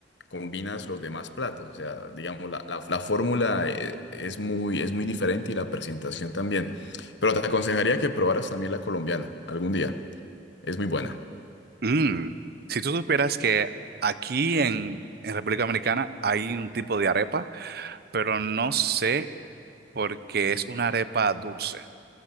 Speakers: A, on the left; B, on the right.
A: combinas los demás platos. O sea, digamos, la, la- la fórmula eh, es muy, es muy diferente y la presentación también. Pero te aconsejaría que probaras también la colombiana algún día. Es muy buena.
B: Mm, Si tú supieras que aquí en, en República Dominicana hay un tipo de arepa, pero no sé por qué es una arepa dulce.